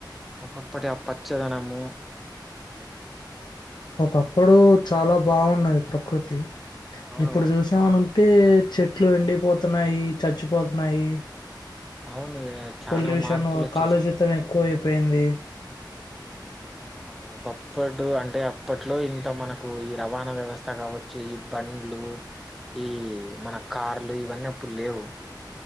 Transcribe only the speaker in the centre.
ఒకప్పటి ఆ పచ్చదనము
అవును
అవును చానా
మార్పులు వచ్చేసినాయి
ఆ ఒకప్పుడు అంటే అప్పట్లో ఇంత మనకు ఈ రవాణా వ్యవస్థ కావచ్చు ఈ బండ్లు ఈ మన కార్లు ఇవన్నీ అప్పుడు లేవు